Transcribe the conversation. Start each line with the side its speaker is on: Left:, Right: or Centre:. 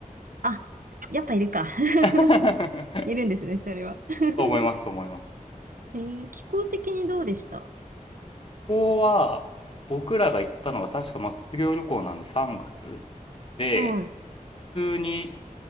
Right: あ、やっぱいるか。<laughs>
Left: <laughs>
Right: いるんですね、それは。<laughs>
Left: と思いますと思います。
Right: えー気候的にどうでした
Left: こは、僕らが行ったのが確かまあ卒業旅行なんで3月で、
Right: はい。
Left: 普通に